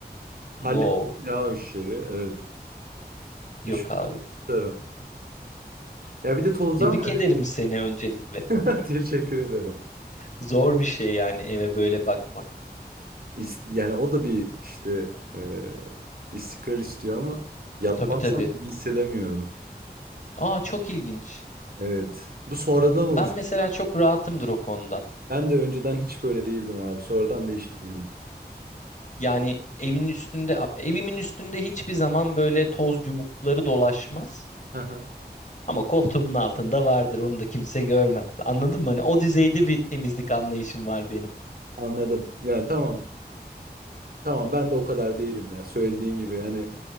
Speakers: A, on the right (about 60°); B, on the left (about 45°).
A: hallettim
B: Wow.
A: ya o işleri evet.
B: Yok
A: Teşekkür
B: abi.
A: ederim. Ya bir de tozdan
B: Tebrik ederim seni öncelikle.
A: <laughs> teşekkür ederim.
B: Zor bir şey yani eve böyle bakmak.
A: İs- Yani o da bir işte e, İstikrar istiyor ama yapmazsam
B: Tabii tabii.
A: iyi hissedemiyorum.
B: Aa çok ilginç.
A: Evet. Bu sonradan olur.
B: Ben mesela çok rahatımdır o konuda.
A: Ben de önceden hiç böyle değildim abi. Sonradan değişti huyum.
B: Yani evin üstünde, evimin üstünde hiçbir zaman böyle toz yumukları dolaşmaz.
A: Hı hı,
B: Ama koltuğumun altında vardır. Onu da kimse görmez. Anladın mı? Hani o düzeyde bir temizlik anlayışım var benim.
A: Anladım. Yani tamam. Tamam ben de o kadar değilim ya. Söylediğin gibi hani